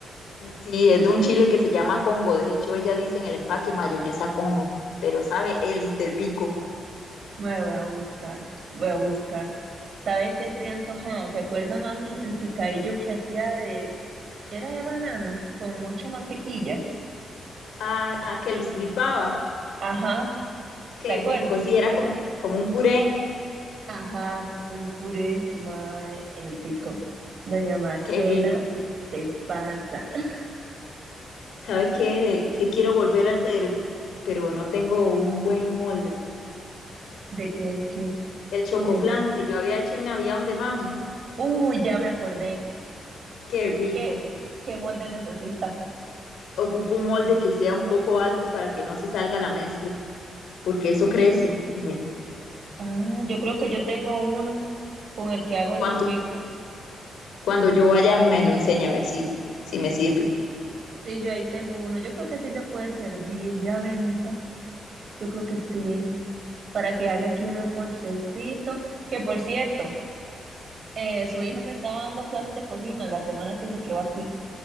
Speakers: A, on the left; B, on the right.
A: Sí, es de un chile que se llama Congo. De hecho, ella dice en el empaque mayonesa Congo, pero sabe élite rico.
B: Madre, voy a buscar, voy a buscar. ¿Sabe qué estoy antojada? ¿Se acuerda, mami, el picadillo que hacía de, era de banano, con mucha mantequilla?
A: Ah, ah, que lo estripaba.
B: Ajá,
A: Qué
B: ¿se acuerda?
A: rico. Sí, era como, como un puré.
B: Ajá, un puré más épico. Doña Marcela,
A: Qué rico.
B: se pasa. <laughs>
A: ¿Sabe qué, qué quiero volver a hacer? Pero no tengo un buen molde.
B: ¿De qué, qué,
A: El chocoflan
B: qué, de qué?
A: que yo había hecho en Navidad de mami.
B: Uy, ya me acordé.
A: Qué rico.
B: ¿Qué, qué molde necesita?
A: Ocupo un molde que sea un poco alto para que no se salga la mezcla, porque eso crece.
B: Ye-
A: Me-
B: ah, yo creo que yo tengo uno con el que hago
A: Cuando,
B: los queques.
A: cuando yo vaya me lo enseña a ver si, si me sirve.
B: Sí, yo ahí tengo uno. Yo creo que sí le puede servir, ya ve, Mita. Yo creo que sí, para que haga aquí un potecito. Que por cierto, eh, su hijo me estaba dando clases de cocina la semana que se quedó aquí.